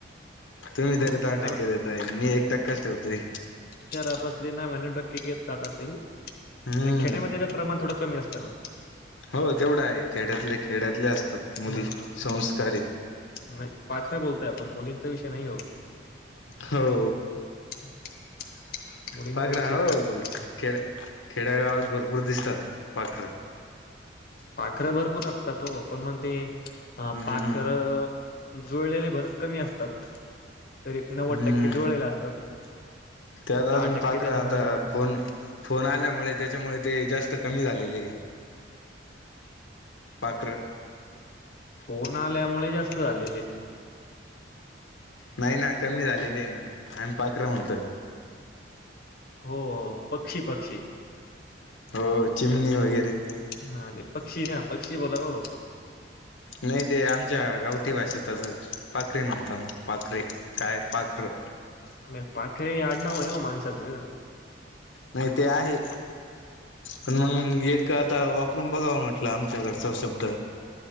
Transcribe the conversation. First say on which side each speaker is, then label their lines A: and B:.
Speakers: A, on the left; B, on the left.
A: तुम्ही
B: हो
A: त्यारी दहा
B: न
A: टक्के देताय मी एक टक्काच ठेवतोय
B: शहरापस्ले नव्यानव टक्के जात असेल
A: हम्म
B: पण खेड्यामध्ये प्रमाण थोड <unintelligible> कमी असताना
A: हो तेवढा आहे खेड्यातले खेड्यातले असतात
B: ना
A: मुली
B: हा
A: संस्कारी
B: नाही पाखरे बोलतोय आपण मुलींचा विषय नाही हो
A: हो
B: <inaudible>
A: पाखरा
B: विषय
A: हो
B: काय बोलता
A: खेड खेड्या गावात भरपूर दिसतात पाखर
B: पाखर भरपूर असतात हो पण मग ते अ
A: हम्म
B: पाखर जुळलेले भर कमी असतात तरी नव्वद
A: हम्म
B: टक्के जुळलेले असतात
A: त्यात
B: दहा
A: अजून
B: टक्के
A: पाखरं
B: त्याच्यामधून
A: आता
B: वाचतात.
A: फोन फोन आल्यामुळे त्याच्यामुळे ते जास्त कमी झालेले पाखरं
B: फोन आल्यामुळे जास्त झालेले
A: नाही ना कमी झालेले आहे ना आम्ही पाखरं म्हणतोय
B: हो पक्षी पक्षी
A: हो चिमणी वगैरे
B: हा ते पक्षी का पक्षी बोला हो
A: नाही ते आमच्या गावठी भाषेतच पाखरी म्हणतो ना पाखरी काय पाखर
B: अ पाखरी आडना होव माझस
A: नाही ते आहे पण मग एक आता वापरून बघावं म्हटलं आमच्या घरचा शब्द